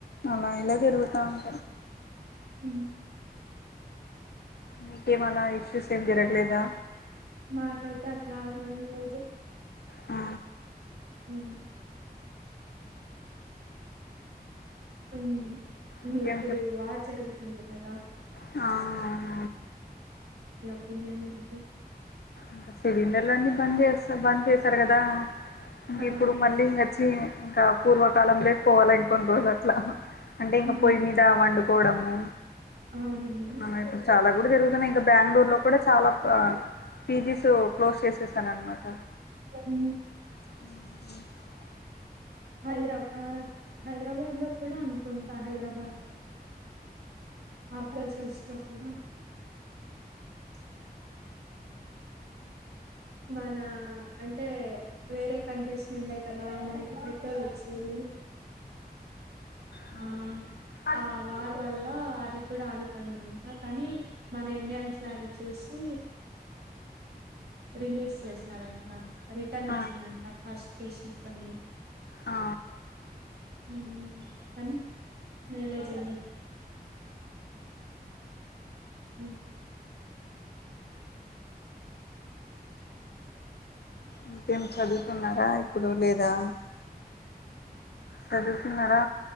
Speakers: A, on the left (about 80°); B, on the right (about 80°).
A: అలా ఇలా తిరుగుతటాయి
B: హ్మ్
A: మెకేమన్న ఇష్యూస్ ఏం జరగలేదా
B: మాకైతే అట్లా ఏం లేదు
A: ఆ
B: హ్మ హ్మ ఇంకా
A: ఇంకేం
B: ఇప్పుడు వార్ జరుగుతుంది కదా
A: హా అవును
B: నీ నేమ్ ఏంటి
A: ఇంకా సిలిండర్లు అన్ని బంద్ చేస్త బంద్ చేసారు కదా ఇంక
B: ఆ
A: ఇప్పుడు మళ్ళీ ఇంకచ్చ ఇంకా పూర్వకాలంలోకి పోవాలి ఇంకోన్ని రోజులు అట్లా అంటే
B: హ్మ్
A: ఇంకా పొయి మీద వండు కోవడము
B: అవునండి
A: ఆ ఇపుడు చాలా కూడా జరుగు ఇంకా బెంగళూరు లో కూడా చాలా పీజీస్ క్లోజ్ చేసేసాను అనమాట
B: హ్మ్
A: హ్మ
B: హైదరాబాద్ హైదరాబాద్ లో కూడా అనుకుంటా హైదరాబాద్ ఆ ప్లేసెస్ లో కూడా మన అంటే వేరే కంట్రీస్ నుండి కదా మనకి పెట్రోల్ వచ్చేది
A: హా
B: ఆ
A: హా
B: ఆ వారి వల్ల అది కూడా ఆగిపోయిందంట కానీ మన ఇండియాన్స్ ఫ్లాగ్ చూసి రిలీజ్ చేసినారంట రిటర్న్ వచ్చిందంట
A: ఆ
B: ఫస్ట్ అని
A: ఆ
B: మ్మ్ కానీ మ్యారేజ్ అని హ
A: ఇంకేం చదువుతున్నారా ఇప్పుడు లేదా చదువుతున్నారా